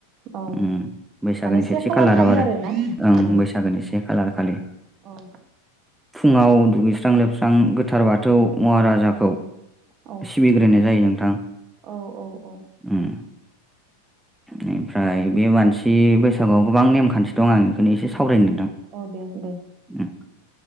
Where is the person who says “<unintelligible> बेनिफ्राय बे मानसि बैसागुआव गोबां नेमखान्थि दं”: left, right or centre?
Centre